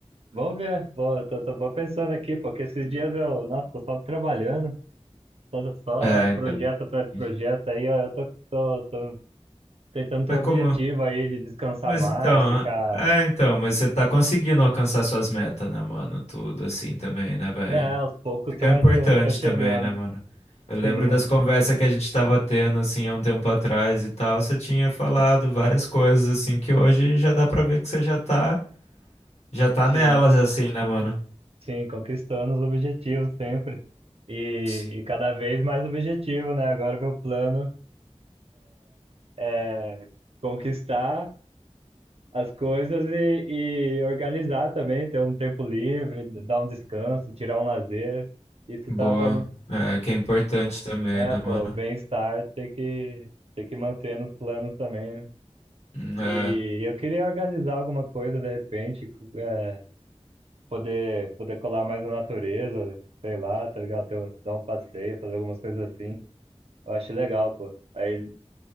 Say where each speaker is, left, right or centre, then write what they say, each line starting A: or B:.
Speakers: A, on the right; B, on the left.
A: Vamos ver. Vou, tô, tô, vou pensando aqui, porque esses dias eu, nossa, tô só trabalhando, só, só
B: É, então.
A: projeto atrás de
B: Ixi.
A: projeto. Aí ó, eu tô, tô, tô tentando
B: Mas
A: ter um objetivo
B: como?
A: aí de descansar
B: Mas
A: mais,
B: então,
A: ficar.
B: é, então, mas você tá conseguindo alcançar suas metas, né, mano? Tudo assim também, né, velho?
A: É, aos poucos
B: Isso
A: tô,
B: que é importante
A: tô, tô chegando.
B: também, né, mano?
A: <laughs>
B: Eu lembro
A: Sim,
B: das
A: eu-
B: conversas que a gente tava tendo, assim, há um tempo atrás e tal. Você tinha falado várias coisas, assim, que hoje já dá pra ver que você já tá. Já tá
A: sim.
B: nelas assim, né, mano?
A: Sim, conquistando os objetivos sempre. E,
B: Sim.
A: e cada vez mais objetivo, né? Agora meu plano é conquistar as coisas e, e organizar também, ter um tempo livre, d- dar um descanso, tirar um lazer. Isso
B: Boa.
A: tá, tá,
B: É, que é importante também,
A: é,
B: né,
A: pô,
B: mano?
A: bem-estar tem que, tem que manter nos planos também, né?
B: Hum,
A: E
B: É.
A: eu queria organizar alguma coisa de repente, cu- é, poder, poder colar mais na natureza, sei lá, tá ligado? Ter, um- dar um passeio, fazer algumas coisas assim. Eu acho legal, pô. Aí